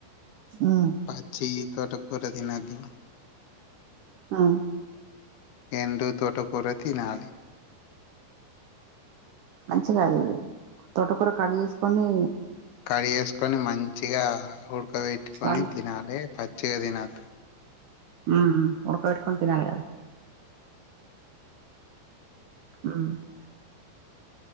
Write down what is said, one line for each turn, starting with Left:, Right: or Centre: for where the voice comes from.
Right: మ్మ్
Left: పచ్చి తోటకూర తిన్నదు
Right: ఆ
Left: ఎండు తోటకుర తినాలి
Right: మంచిగది తోటకూర కడిగేసుకొని
Left: కడిగేసుకొని మంచిగా ఉడ్కబెట్టుకొని
Right: వండు
Left: తినాలే పచ్ చేదినద్దు
Right: ఉమ్ ఉడక పెట్టుకొని తినాలగదా ఉమ్